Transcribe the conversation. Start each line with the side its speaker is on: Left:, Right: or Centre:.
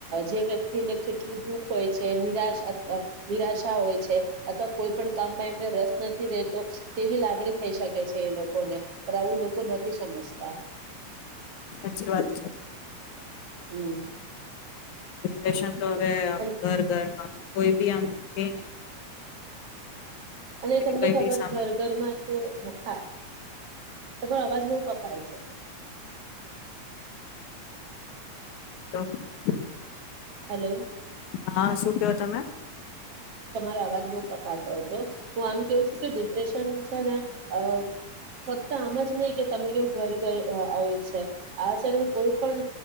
Right: જે વ્યક્તિને કેટલું દુઃખ હોય છે નિરાશ નિરાશા હોય છે અથવા કોઈ પણ કામમાં એમને રસ નથી રહેતો તેવી લાગણી થઈ શકે છે એ લોકોને પણ આવું લોકો નથી સમજતા
Left: સાચી વાત છે
Right: હમ
Left: રેશન તો હવે
Right: અન-
Left: ઘર ઘરમાં કોઈ ભી આમ કેયને
Right: અને તમને
Left: કઈ
Right: ખબર
Left: બી સામાન
Right: ઘર ઘરમાં તો હા તમારો અવાજ બો કપાય છે
Left: <inaudible>
Right: હાલો
Left: હા શું કેવો તમે
Right: તમારો અવાજ બો કપાતો હતો હું આમ કેવું છું કે ડિપ્રેશન છે ને અ ફક્ત આમાં જ નઈ કે તમે કેવું ઘર ઘર હોય છે આ છે ને કોઈ પણ